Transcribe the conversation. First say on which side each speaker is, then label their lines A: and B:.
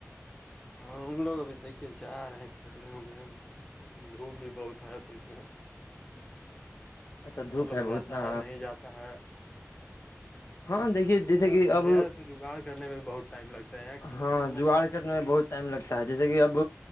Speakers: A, on the left; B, on the left.
A: ہاں ہم لوگ ابھی دیکھیے جا رہے ہیں کھیلنے ولنے میں دھوپ بھی بہت ہے تو اس میں
B: اچھا
A: کتنا
B: دھوپ
A: لوگ
B: ہے
A: جاتا
B: بہت نا
A: ہے نہیں جاتا ہے
B: ہاں دیکھیے
A: اں سر
B: جیسے کہ
A: پلیئر
B: اب
A: کو جگاڑ کرنے میں بہت ٹائم لگتا ہے اں کھیلنے
B: ہاں
A: والا
B: جگاڑ
A: ایسا ٹیم
B: کرنے میں
A: نہیں
B: بہت ٹائم لگتا ہے جیسے کہ اب